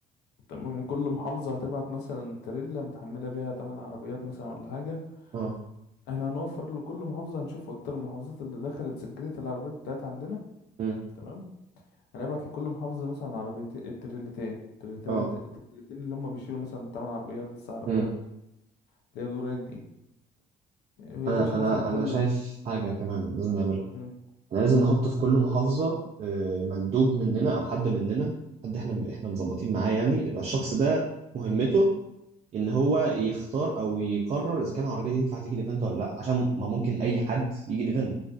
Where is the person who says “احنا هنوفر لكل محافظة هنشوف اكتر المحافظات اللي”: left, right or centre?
Left